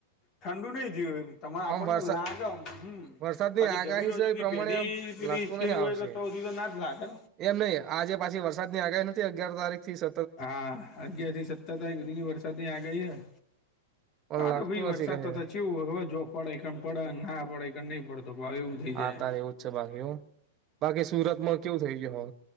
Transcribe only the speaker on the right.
આમ વરસાદ
વરસાદની
આગાહી
છે
એ
પ્રમાણે
લાગતું
નહી આવશે
એમ નહીહે, આજે પાછી વરસાદની આગાહી નથી અગિયાર તારીખ થી સ
પણ
લાગતું
નથી કહે
આ તારે એવું છે બાકી હો બાકી સુરતમાં કેવું થઈ ગયુ હો?